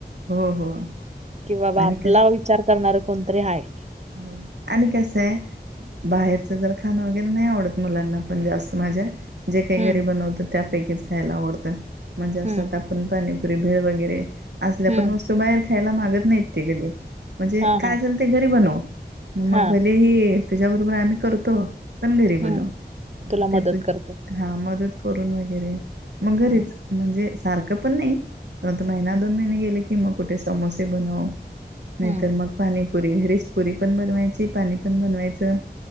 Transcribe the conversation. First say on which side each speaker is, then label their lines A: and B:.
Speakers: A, on the right (about 80°); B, on the right (about 40°).
A: हो हो
B: कि बाबा
A: आणि
B: आपला विचार करणार कोणतरी आहेय
A: हो आणि कसें बाहेरचं जर खाणं वगैरे नाही आवडत मुलांना पण जास्त माझ्या जे काही
B: हम्म
A: घरी बनवतं त्यापैकीच खायला आवडतं म्हणजे असं
B: हम्म
A: आता पण पाणीपुरी भेळ वगैरे असल्या
B: हम्म
A: पण वस्तू बाहेर खायला मागत नाहीत ते कधी म्हणजे
B: हा
A: काय
B: हा
A: असेल ते घरी बनव मग
B: हा
A: भले ह तुझ्या बरोबर आम्ही करतो. पण घरी
B: हम्म
A: बनव मग
B: तुला
A: ते
B: मदत
A: तू
B: करतो
A: हा मदत करून वगैरे मग
B: हम्म
A: घरीच म्हणजे सारखं पण नाही परंतु महिना दोन महिने गेले की मग कुठे समोसे बनव नाहीतर
B: हम्म
A: मग पाणीपुरी पुरी घरीच पुरी पण बनवायची पाणी पण बनवायचं.